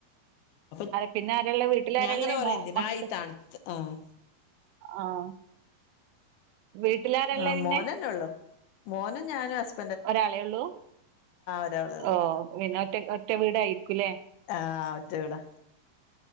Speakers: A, on the left (about 80°); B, on the right (about 80°).
A: അപ്പൊ
B: പിന്നെ ആരാ ഇല്ലേ വീട്ടിൽ
A: ഞാൻ
B: ആരാ
A: ഇങ്ങനെ
B: ഇല്ലേ
A: പറയും
B: മക്കൾ
A: എന്തിനാ ഈ തണുത്ത് ആഹ്
B: ആഹ് വീട്ടിലാരള്ളേ
A: ആ
B: പിന്നെ
A: മോനന്നെ ഉള്ളു.. മോനും ഞാനും ഹസ്
B: ഒരാളെ ഉള്ളൂ..
A: ഒരാളെ ഉള്ളു
B: ഓ പിന്നെ ഒറ്റ ഒറ്റ വീടായിരിക്കൂല്ലേ.
A: ആഹ് ഒറ്റ വീടാ